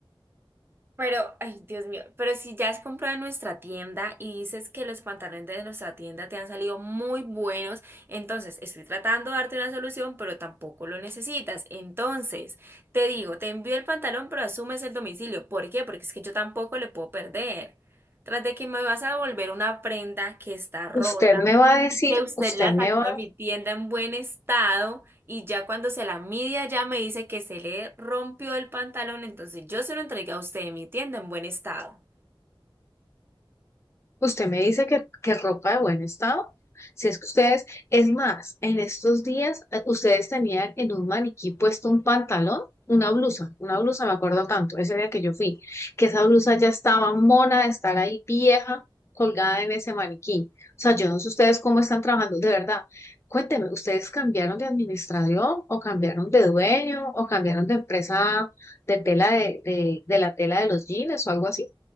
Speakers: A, on the right; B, on the left.
A: Pero, ay, Dios mío, pero si ya has comprado en nuestra tienda y dices que los pantalones de nuestra tienda te han salido muy buenos, entonces estoy tratando de darte una solución, pero tampoco lo necesitas. Entonces, te digo, te envío el pantalón, pero asumes el domicilio. ¿Por qué? Porque es que yo tampoco le puedo perder. Tras de que me vas a devolver una prenda que está rota
B: Usted me va a decir,
A: y que usted
B: usted
A: la sacó
B: me va
A: de mi tienda en buen estado y ya cuando se la mide ya me dice que se le rompió el pantalón, entonces yo se lo entregué a usted en mi tienda en buen estado.
B: Usted me dice que, que ropa de buen estado. Si es que ustedes, es más, en estos días eh, ustedes tenían en un maniquí puesto un pantalón, una blusa, una blusa, me acuerdo tanto, ese día que yo fui, que esa blusa ya estaba mona de estar ahí vieja, colgada en ese maniquí. O sea, yo no sé ustedes cómo están trabajando, de verdad. Cuénteme, ¿ustedes cambiaron de administración o cambiaron de dueño o cambiaron de empresa de tela de, de de la tela de los jeans o algo así?